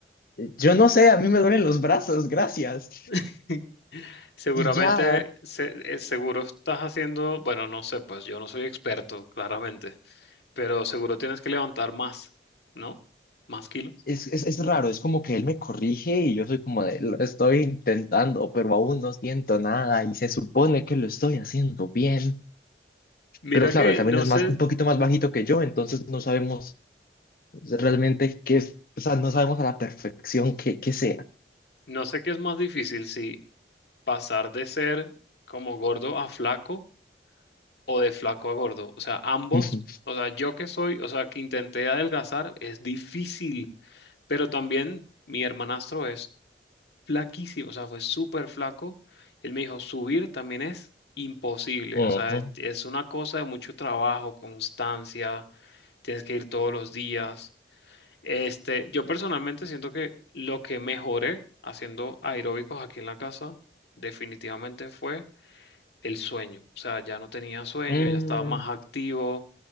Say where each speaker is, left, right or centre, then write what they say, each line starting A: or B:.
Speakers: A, on the left; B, on the left.
A: yo no sé, a mí me duelen los brazos, gracias.
B: <laughs> Seguramente,
A: Y ya,
B: se- eh, seguro estás haciendo, bueno, no sé, pues yo no soy experto, claramente, pero seguro tienes que levantar más, ¿no? Más kilos.
A: es, es, es raro, es como que él me corrige y yo soy como de, lo estoy intentando, pero aún no siento nada y se supone que lo estoy haciendo bien.
B: Mira
A: Pero claro,
B: que
A: él también
B: no
A: es
B: sé,
A: más, un poquito más bajito que yo, entonces no sabemos realmente qué es, o sea, no sabemos a la perfección qué, qué sea.
B: no sé qué es más difícil, si pasar de ser como gordo a flaco o de flaco a gordo. O sea, ambos,
A: <laughs>
B: o sea, yo que soy, o sea, que intenté adelgazar, es difícil, pero también mi hermanastro es. flaquísimo, o sea, fue súper flaco. Él me dijo, subir también es imposible,
A: Ujú.
B: o sea, es es una cosa de mucho trabajo, constancia, tienes que ir todos los días. Este, yo personalmente siento que lo que mejoré haciendo aeróbicos aquí en la casa definitivamente fue el sueño, o sea, ya no tenía sueño,
A: Mm,
B: ya estaba más activo,